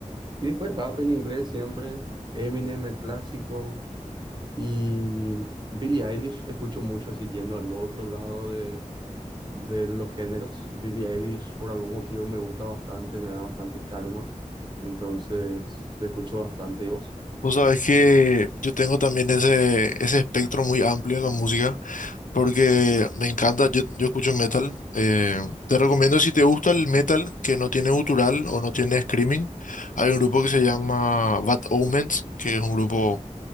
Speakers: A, on the right (about 35°); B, on the left (about 75°).
A: Y después rap en inglés siempre, Eminem el clásico. Y Billie Eilish escucho mucho así yendo al otro lado de, de los géneros. Billie Eilish por algún motivo me gusta bastante, me da bastante calma. Entonces, le escucho bastante. ¿Y vos?
B: Vos sabés que yo tengo también ese, ese espectro muy amplio en la música, porque me encanta, yo, yo escucho metal. eh, te recomiendo si te gusta el metal que no tiene gutural o no tiene screaming, hay un grupo que se llama Bad Omens, que es un grupo